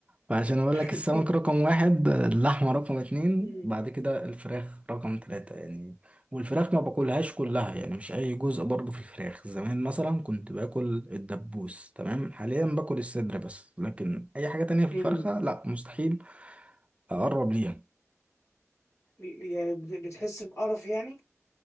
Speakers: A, on the right (about 25°); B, on the left (about 65°).
A: فعشان أقول لك السمك
B: <laughs>
A: رقم واحد اللحمة رقم اتنين
B: امم
A: بعد كده الفراخ رقم تلاتة يعني والفراخ ما باكلهاش كلها يعني مش أي جزء برضو في الفراخ زمان مثلا كنت باكل الدبوس تمام حاليا باكل الصدر بس لكن أي حاجة تانية في
B: امم
A: الفرخة لا مستحيل أقرب ليها
B: يعني بت- بتحس بقرف يعني